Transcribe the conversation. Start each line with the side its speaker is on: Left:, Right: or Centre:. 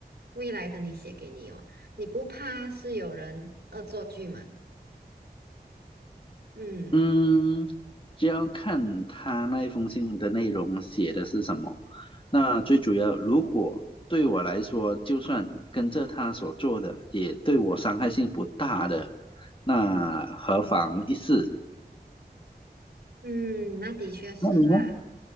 Right: 未来的你写给你哦？你不怕是有人恶作剧吗？嗯
Left: 嗯，就要看他那一封信的内容写的是什么。那最主要，如果对我来说，就算跟着他所做的，也对我伤害性不大的，那何妨一试？
Right: 嗯，那的确是啦。
Left: 那你呢？